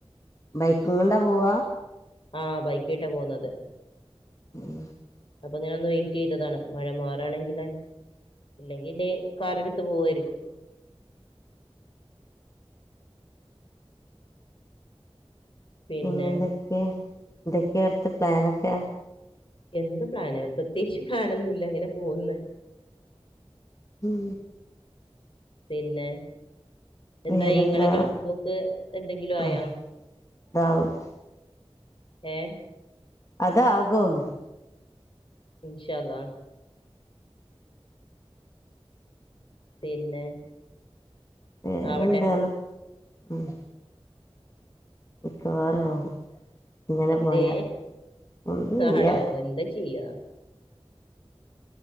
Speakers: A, on the left; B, on the left.
A: ബൈക്കും കൊണ്ടാ പോവാ
B: ആഹ ബൈക്കായിട്ടാ പോവുന്നത്
A: ഉം
B: അപ്പൊ ഇങ്ങനെ ഒന്ന് വെയിറ്റെയ്തതാണ് മഴ മാറാണെങ്കില് ഇല്ലെങ്കില് കാർടു ത്ത് പോവേര്ക്കും പിന്നെ
A: പിന്നെന്തൊക്കെയ എന്തൊക്കെയ അടുത്ത പ്ലാനൊക്കെ
B: എന്ത് പ്ലാന് പ്രത്യേകിച്ച് പ്ലാനൊന്നുല്ല അങ്ങനെ പോകന്ന്
A: ഉം
B: പിന്നെ എന്തായീ
A: വേറെന്താ
B: ഇങ്ങളെ ഗൾഫ് പോക്ക് എന്തെങ്കിലു ആയാ?
A: ആ ഇതാവും
B: ഏഹ്?
A: അതാകും.
B: ഇൻഷാള്ളാ. പിന്നെ
A: വേറെന്താന്ന്
B: ആവട്ടെ
A: ഉം. മിക്കവാറും ആവും ഇങ്ങനെ
B: എന്തേ
A: പോയാ ഒന്ന്ല്ല്യാ
B: ആടോ എന്താ ചെയ്യാ?